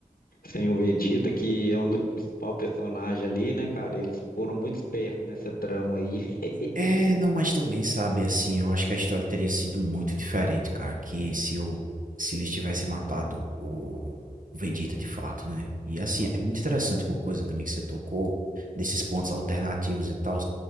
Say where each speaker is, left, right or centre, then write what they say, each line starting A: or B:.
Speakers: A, on the left; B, on the right.
A: Tem o Vegeta, que é um dos principais personagens ali, né, cara? Eles foram muito espertos nessa trama aí. <laughs>
B: É, não, mas também, sabe, assim, eu acho que a história teria sido muito diferente, cara, que se eu, se eles tivessem matado o, o Vegeta de fato, né? E assim, é muito interessante uma coisa também que você tocou, desses pontos alternativos e tal.